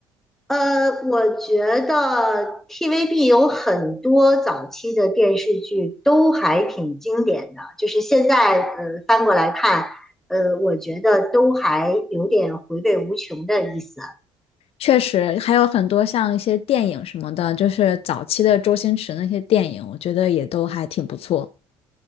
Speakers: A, in the centre; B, on the left.
A: 呃，我觉得 TVB 有很多早期的电视剧都还挺经典的，就是现在呃翻过来看，呃，我觉得都还有点回味无穷的意思。
B: 确实，还有很多像一些电影什么的，就是早期的周星驰那些电影，我觉得也都还挺不错。